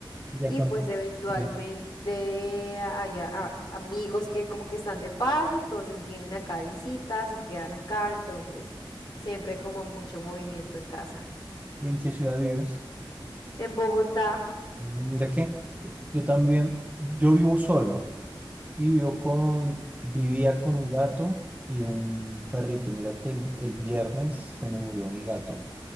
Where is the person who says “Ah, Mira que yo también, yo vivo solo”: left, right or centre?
Right